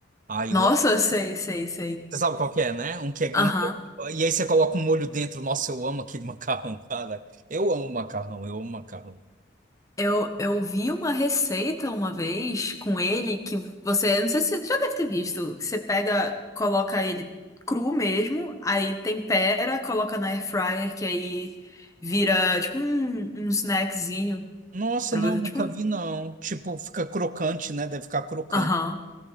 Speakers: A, on the right; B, on the left.
A: Ai,
B: Nossa,
A: eu
B: sei, sei, sei.
A: Você sabe qual que é, né? Um que é
B: Aham.
A: um... E aí você coloca um molho dentro. Nossa, eu amo aquele <laughs> macarrão, cara. Eu amo macarrão, eu amo macarrão.
B: Eu, eu vi uma receita uma vez com ele que você, não sei se você já deve ter visto, que você pega, coloca ele cru mesmo, aí tempera, coloca na air fryer, que aí vira tipo um, um snackzinho
A: Nossa,
B: pra
A: não,
B: você,
A: nunca
B: tipo um...
A: vi, não. Tipo, fica crocante, né? Deve ficar crocante.
B: Aham.